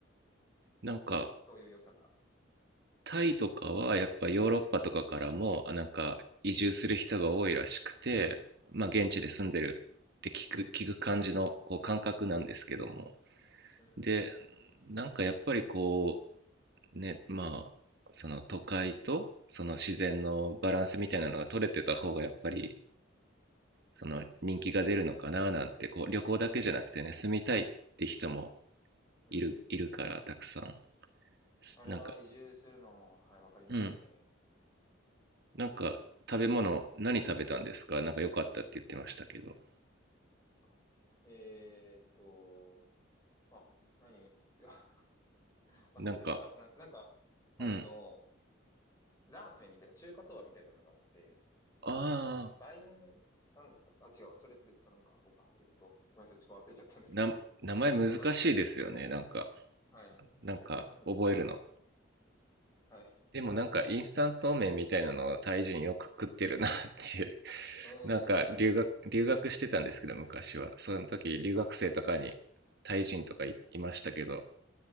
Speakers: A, on the right (about 55°); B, on the left (about 15°).
A: なんか、
B: そういう良さがありました。
A: タイとかはやっぱヨーロッパとかからも、あなんか移住する人が多いらしくて、
B: うん、
A: まあ現地で住んでるって聞く、
B: うん、
A: 聞く感じのこう感覚なんですけども。
B: うん、
A: で、なんかやっぱりこう、ね、まあ、その都会とその自然のバランスみたいなのが取れてた方がやっぱり
B: うん、
A: その人気が出るのかななんてこう旅行だけじゃなくてね住みたいって人も
B: うん、うん。
A: いるいるからたくさん
B: あれは移住するの、
A: なんか
B: はい、わかりますね。
A: うんなんか食べ物何食べたんですかなんか良かったって言ってましたけど。
B: あ、えーっと、あ、何、あ <laughs> 忘れちゃった。
A: なんか、
B: な、なんか、タイの
A: うん。
B: ラーメンみたいな、中華そばみたいなのがあって、
A: ああ、
B: バイン、なんだったか、あ、違うわ、それって別なのか、僕か。えっと、ごめんなさい、ちょっと忘れちゃったんですけど、
A: な、名前難しいですよね。
B: <laughs> 名前を。
A: なんか、
B: はい。
A: なんか覚えるの。
B: なんだったかなはい。
A: でもなんかインスタント麺みたいなのをタイ人よく食ってるなっていう <laughs>。
B: うーん。
A: なんか留学、留学してたんですけど昔は。その時留学生とかにタイ人とかいいましたけど、
B: あ、はい。